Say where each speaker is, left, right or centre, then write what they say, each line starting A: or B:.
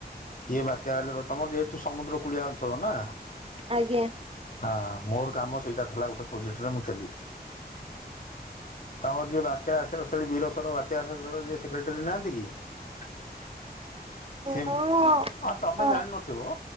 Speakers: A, on the left; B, on the right.
A: କିଏ ବା ତ୍ୟା ହେଲେ ର ତମର ଯେହେତୁ ସମୁଦ୍ର କୁଳିଆ ଅଞ୍ଚଳ ନା।
B: ଆଜ୍ଞା
A: ହାଁ ମୋର କାମ ସେଇଟା ଥିଲା ଗୋଟେ ପ୍ରୋଜେକ୍ଟରେ ମୁଁ ଥେଲି଼ ତମର ଯିଏ ବାତ୍ୟା ଆସି <unintelligible> ବୀରସର ବାତ୍ୟା ହେଡର ଯିଏ ସେକ୍ରେଟାରୀ ନାହାନ୍ତି କି। ସିଏ
B: ହଁ
A: ଆ ତମେ
B: ହଁ
A: ଜାଣିନଥିବ